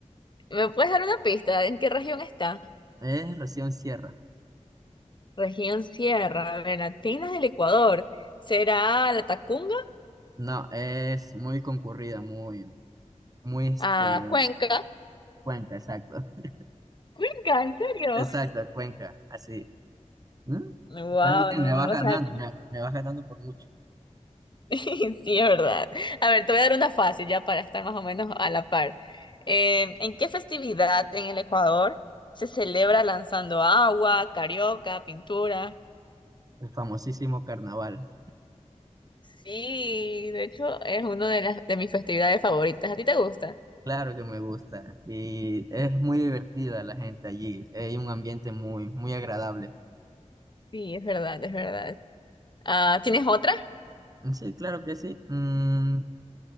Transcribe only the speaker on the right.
Es recién cierra.
No, es muy concurrida, muy, muy este,
Cuenca, exacto. <laughs>
Exacto, Cuenca, así. ¿Mm?
Estás bien,
me
vas
ganando,
me, me vas ganando por mucho.
El famosísimo carnaval.
Claro que me gusta. Y es muy divertida la gente allí. Hay un ambiente muy, muy agradable.
Sí, claro que sí. Mm,